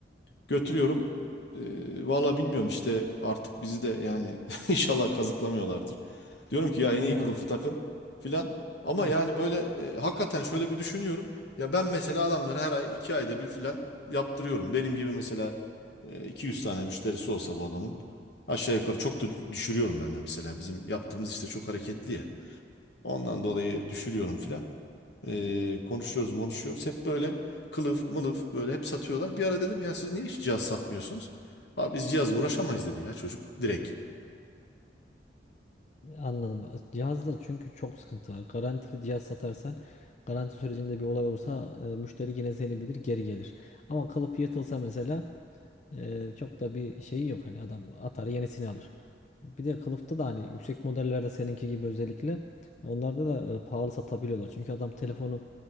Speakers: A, on the left; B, on the left.
A: Götürüyorum. Ee, valla bilmiyorum işte artık bizi de yani <laughs> inşallah kazıklamıyorlardır. Diyorum ki ya en
B: Ya
A: iyi kılıfı takın filan. Ama
B: evet.
A: yani böyle e, hakikaten şöyle bir düşünüyorum. Ya ben mesela adamlara her ay iki ayda bir filan yaptırıyorum. Benim gibi mesela e, 200 tane müşterisi olsa bu adamın aşağı yukarı çok da düşürüyorum ben de mesela. Bizim yaptığımız işte çok hareketli ya. Ondan dolayı düşürüyorum filan. Ee, konuşuyoruz, konuşuyoruz. Hep böyle kılıf, mılıf böyle hep satıyorlar. Bir ara dedim ya siz niye hiç cihaz satmıyorsunuz? Abi biz cihazla uğraşamayız dedi ya çocuk direkt.
B: Anladım. Cihazda çünkü çok sıkıntı var. Garantili cihaz satarsan garanti sürecinde bir olay olursa e, müşteri yine seni bilir geri gelir. Ama kılıf yırtılsa mesela Ee, çok da bir şeyi yok hani adam atar yenisini alır. Bir de kılıfta da hani yüksek modellerde seninki gibi özellikle onlarda da e, pahalı satabiliyorlar. Çünkü adam telefonu